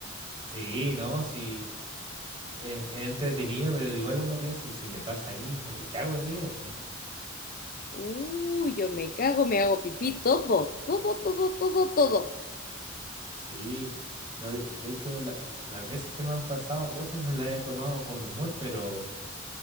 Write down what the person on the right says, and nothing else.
Sí, no, sí. eh, es entretenido, pero igual uno piensa, y si me pasa a mí, yo me cago en mí. o po".
Sí. No, de, de hecho, la- la- las veces que me han pasado cosas me las he tomado con humor, pero